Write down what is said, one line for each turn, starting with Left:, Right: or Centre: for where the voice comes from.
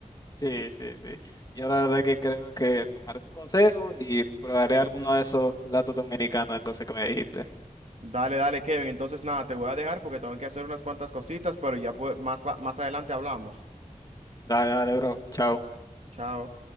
Left: Sí, sí, sí. Yo la verdad que creo que tomaré tu consejo y probaré alguno de esos platos dominicanos entonces que me dijiste.
Right: Dale, dale, Kevin. Entonces nada, te voy a dejar porque tengo que hacer unas cuantas cositas, pero ya pues, más, pa- más adelante hablamos.
Left: Dale, dale, bro. Chao.
Right: Chao.